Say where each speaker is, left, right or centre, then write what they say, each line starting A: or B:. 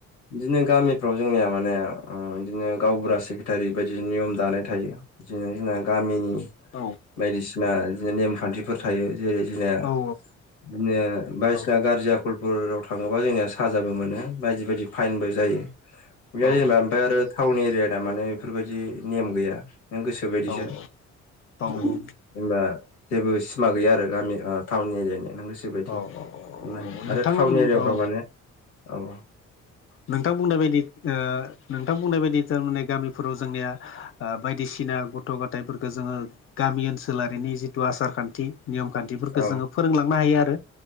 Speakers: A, on the left; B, on the left.
A: बिदिनो गामिफ्राव जोंनिया माने बिदिनो गावबुरा सेक्रेटारि बायदि नियम दानाय थायो जेन जोंना गामिनि
B: औ
A: बायदिसिना बिदिनो नेमखान्थिफोर थायो जेरै जोंनिया
B: औ
A: बिदिनो बायदिसिना
B: औ
A: गारजि आखलफोराव थाङोबा जोंनिया साजाबो मोनो बायदि बायदि फाइनबो जायो बे
B: औ
A: जेनेबा ओमफ्राय आरो टाउन एरिया ना माने बेफोरबायदि नेम गैया नों गोसो बायदिसो
B: औ औ
A: ओम जेनबा जेबो सिमा गैया आरो गामि टाउन एरियानिया नों गोसो बायदि
B: औ औ औ
A: मोन
B: नोंथां
A: आरो टाउन एरियाफ्राव
B: औ
A: माने औ औ
B: नोंथां बुंनाय बायदि नोंथां बुंनाय बायदि थारमाने गामिफोराव जोंनिया बायदिसिना गथ' गथायफोरखो जोङो गामि ओनसो सोलारिनि जिथु आसार खान्थि नियम खान्थिफोरखौ
A: औ
B: जोङो फोरोंलांनो हायो आरो